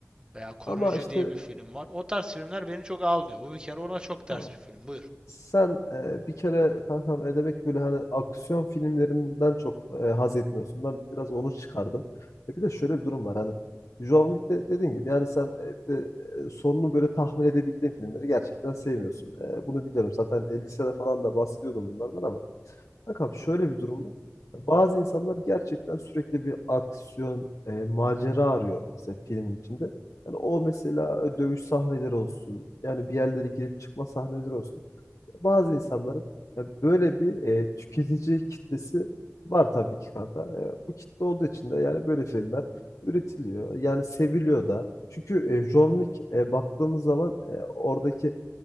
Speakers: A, on the right; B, on the left.
A: Veya Korucu
B: Ama işte
A: diye bir film var. O tarz filmler beni çok almıyor. Bu bir kere ona çok ters
B: tamam.
A: bir film. Buyur.
B: Sen e, bir kere kankam e, demek böyle hani aksiyon filmlerinden çok e, haz etmiyorsun. Ben biraz onu çıkardım. E, bir de şöyle bir durum var hani John Wick'te dediğin gibi yani sen e, bir de, e, sonunu böyle tahmin edebildiğin filmleri gerçekten sevmiyorsun. E, bunu biliyorum zaten e, lisede falan da bahsediyordum bunlardan ama kankam şöyle bir durum var. Bazı insanlar gerçekten sürekli bir aksiyon, e, macera arıyor mesela filmin içinde. Yani o mesela e, dövüş sahneleri olsun, yani bir yerlere girip çıkma sahneleri olsun bazı insanların ya böyle bir e, tüketici kitlesi var tabii ki kanka. E, bu kitle olduğu için de yani böyle filmler üretiliyor. Yani seviliyor da. Çünkü e, John Wick e, baktığımız zaman e, oradaki